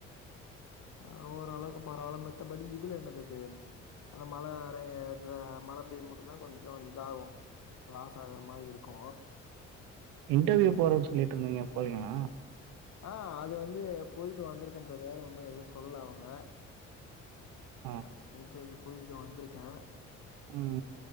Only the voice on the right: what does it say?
இன்டர்வியூ போறேன்னு சொல்லீட்ருந்தீங்க போறிங்ளா
ஆ.
ம்